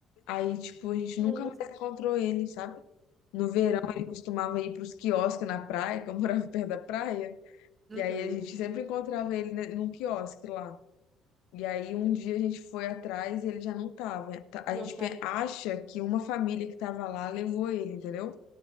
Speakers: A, on the left (about 85°); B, on the right (about 30°).
A: Aí tipo a gente
B: Nossa,
A: nunca mais encontrou ele, sabe? No
B: Uhum.
A: verão ele costumava ir para os quiosques na praia, que eu <laughs> morava perto da praia.
B: Uhum.
A: E aí a gente sempre encontrava ele ne- num quiosque lá. E aí um dia a gente foi atrás e ele já não tava. Tá- A
B: Não
A: gente
B: tava
A: pe- acha
B: lá.
A: que uma família que tava lá levou ele, entendeu?